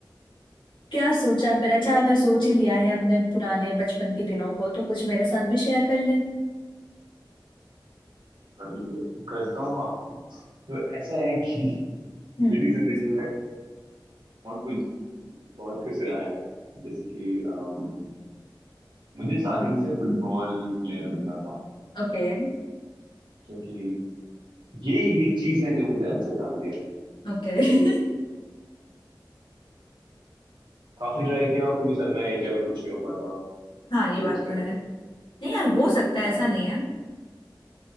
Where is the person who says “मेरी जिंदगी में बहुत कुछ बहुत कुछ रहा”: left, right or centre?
Right